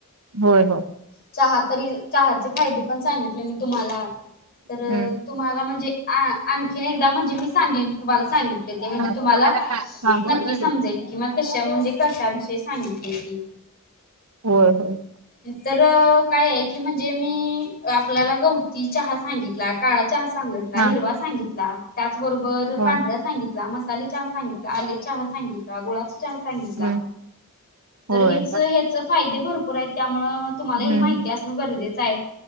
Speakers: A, on the right; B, on the left.
A: होय हो
B: चहा तरी चहाचे फायदे पण सांगितले मी तुम्हाला तर
A: हम्म
B: तुम्हाला म्हणजे आणखीन एकदा म्हणजे मी सांगेन तुम्हाला सांगि लिती म्हणजे
A: हा हा
B: तुम्हाला
A: हा होय
B: नक्की
A: होय
B: समजेल की म्हणजे कशा विशेष सांगितली की.
A: होय होय
B: तर काय की म्हणजे मी आपल्याला गवती चहा सांगितला काळा चहा सांग तला हिरवा
A: हा
B: सांगितला त्याचबरोबर,
A: होय
B: पांढरा, सांगितला मसाले चहा, सांगितला आले चहा, सांगितला गुळाचा चहा सांगितला.
A: हम्म
B: तर
A: होय
B: हेच हचं फायदे भरपूर आहेत त्यामुळं तुम्हाला
A: हम्म
B: हे माहि ती असणं गरजेचं आहे